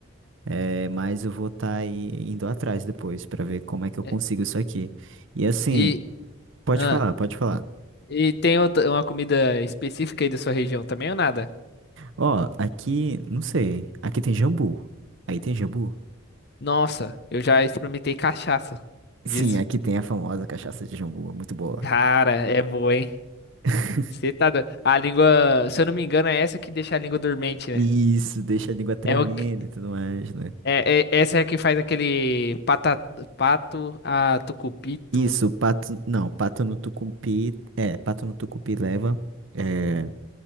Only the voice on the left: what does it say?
É,
E,
ah,
e tem outra, uma comida específica aí da sua região também ou nada?
Nossa, eu já experimentei cachaça disso.
Cara, é boa, hein?
Você tá do... A língua, se eu não me engano, é essa que deixa a língua dormente, né?
É o que...
é, é- essa é a que faz aquele pata... pato a tucupito.